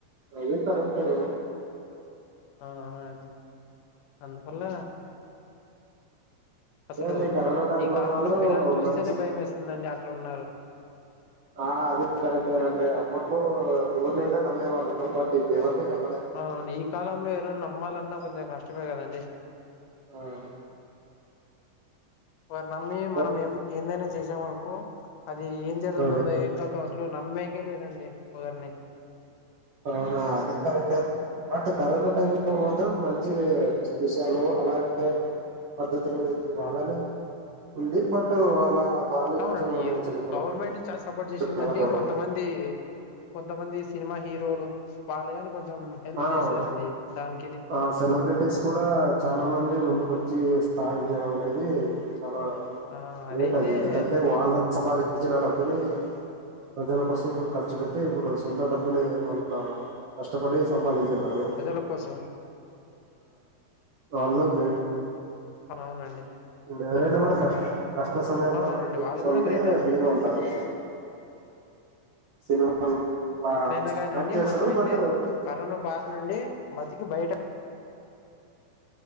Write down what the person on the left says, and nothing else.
ఆ అండి అందు వల్ల అసలు
ఈ కాలంలో
పిల్లల్ని చూస్తేనే
భయమెస్తుందండి అట్లున్నారు
అవును ఈ కాలంలో ఏదైన్ నమ్మాలన్నా కొంచం కష్టమే గదండి
వార్ నమ్మి మనం
ఎం ఏందైనా చేసామనుకో అది ఏం జరుగుతుందో
ఏం కదొ అసలు నమ్మేకె లేదండి ఒగర్ని
అవునండి
ఇది
గవర్నమెంట్ చాలా సపోర్ట్ చేసిందింటే
కొంతమంది కొంతమంది సినిమా హీరోలు వాళ్ళు గాని కొంచం హెల్ప్
జేసారండి దాని
ఆ
అదైతే
ప్రజల కోసం
అవునండి
అవునవునండి
వాళ్ళు
కూడా గ్రేటే అండి
ఎట్లయినా కానండి
మనమైతే
కరోనా బారి నుండి బతికి బయట